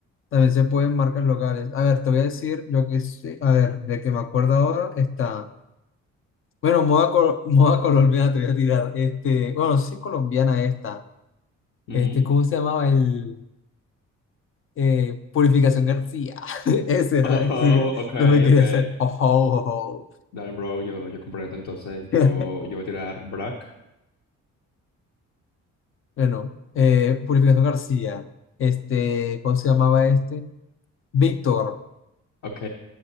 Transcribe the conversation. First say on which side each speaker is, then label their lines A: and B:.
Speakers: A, on the left; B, on the left.
A: también se pueden marcas locales. A ver, te voy a decir lo que sí. A ver, de que me acuerdo ahora está. Bueno, moda, col- <laughs> moda colombiana te voy a tirar. Este, bueno, no sé si es colombiana esta.
B: Ujú.
A: Este, ¿cómo se llamaba el eh, Purificación García? <laughs> Ese
B: <laughs>
A: era,
B: Oh,
A: ese,
B: ok,
A: no me quería
B: ok.
A: hacer. Ojo, ojo.
B: Dale, bro, yo, yo comprometo entonces, yo,
A: <laughs>
B: yo voy a tirar Brack.
A: Bueno, eh, Purificación García, este, ¿cómo se llamaba este? Víctor.
B: Ok,